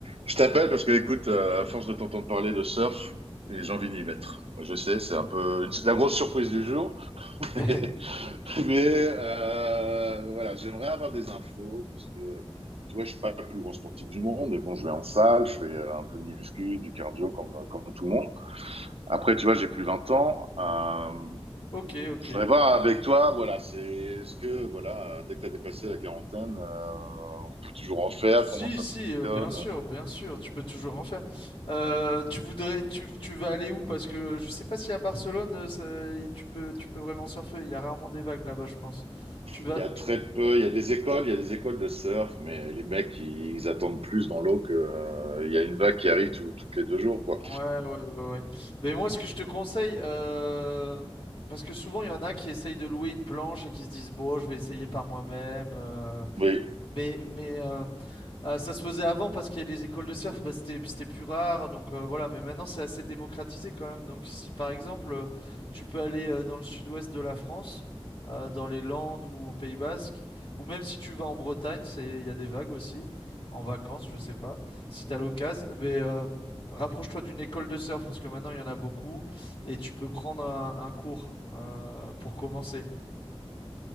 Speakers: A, on the right; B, on the left.
A: Je t'appelle parce que, écoute, euh, à force de t'entendre parler de surf, j'ai envie d'y mettre. Moi, Je sais, c'est un peu une- la grosse surprise du jour, <laughs>
B: <laughs>
A: mais euh, voilà, j'aimerais avoir des infos parce que, tu vois, je suis pas le plus grand sportif du monde, mais bon, je vais en salle, je fais euh, un peu de muscu, du cardio comme, comme tout le monde. Après, tu vois, j'ai plus 20 ans. Euh,
B: Ok, ok.
A: je voudrais voir avec toi, voilà, c'est est-ce que, voilà, dès que tu as dépassé la quarantaine, euh, on peut toujours en faire,
B: Si,
A: comment ça
B: si,
A: fonctionne?
B: euh, bien sûr, bien sûr, tu peux toujours en faire. Euh, tu voudrais, tu, tu vas aller où? Parce que je sais pas si à Barcelone, euh, ça- y- tu peux, tu peux vraiment surfer. Il y a rarement des vagues là-bas, je pense. Tu vas,
A: Il y a très
B: tu-
A: peu, il y a des écoles, il y a des écoles de surf, mais les mecs, ils attendent plus dans l'eau que euh, il y a une vague qui arrive tout- toutes les deux jours, quoi.
B: ouais, ouais, ouais, ouais. ouais. Mais moi, ce que je te conseille, euh, parce que souvent il y en a qui essayent de louer une planche et qui se disent bon, je vais essayer par moi-même. euh,
A: Oui,
B: mais, mais euh, Euh, ça se faisait avant parce que les écoles de surf, bah, c'était, c'était plus rare. Donc euh, voilà, mais maintenant c'est assez démocratisé quand même. Donc si par exemple euh, tu peux aller euh, dans le sud-ouest de la France, euh, dans les Landes ou au Pays Basque, ou même si tu vas en Bretagne, c'est, il y a des vagues aussi, en vacances, je sais pas. Si tu as l'occasion, mais euh, rapproche-toi d'une école de surf parce que maintenant il y en a beaucoup et tu peux prendre un, un cours euh, pour commencer.